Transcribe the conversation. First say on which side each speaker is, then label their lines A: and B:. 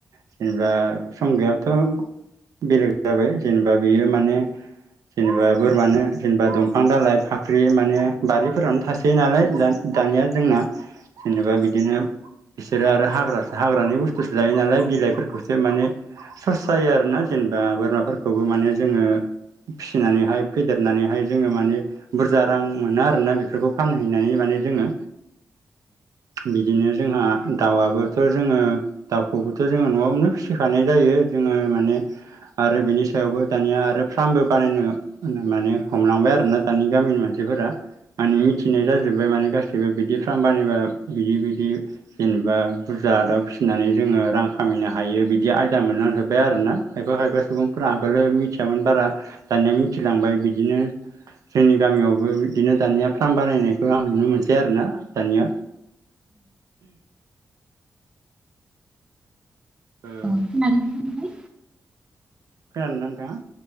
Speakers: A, on the right (about 80°); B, on the right (about 15°).
A: जेनेबा सम गैया थ' बेलेग जाबाय जेनेबा बियो माने जेनेबा बोरमानो जेनेबा दंफां दालाइ फाख्रि माने बारिफोरावनो थासोयो नालाय। दानिया जोंना जेनेबा बिदिनो बिसोरो आरो हाग्रा हाग्रानि बुस्थुसो जायो नालाय बिलाइ फोरखौसो माने सस जायो आरोना जेनेबा बोरमाफोरखौबो माने जोङो फिसिनानैहाय फेदेरनानैहाय जोङो माने बुरजा रां मोनो आरोना बेफोरखौ फानहैनानै माने। जे जोङो बिदिनो जोंहा दाउआबोथ जोङो दाउखौबोथ जोङो न'आवनो फिसिखानाय जायो जोङो माने आरो बिनि सायावबो दानिया आरो फार्मबो बानायनो माने हमलांबाय आरोना दानि गामिनि मानसि फोरा माने मिथिनाय जाजोबबाय माने गा सिबो बिदि फार्म बानायबा बिदि बिदि जेनेबा बुरजा दाउ फिसिनानै जोङो रां खा मायनो हायो बिदि आयदा मोनलांजोब्बाय आरोना? खायफा खायफा सुबुंफोरा आगोलो मिथियामोन बारा। दानिया मिथिलांबाय बिदिनो जोंनि गामियावबो बिदिनो दानिया फार्म बानायनायखौ आं नुनो मोनसै आरो ना दानिया। ओ
B: औ खोनादों ना नोंथां
A: खोनादों ना नोंथाङा?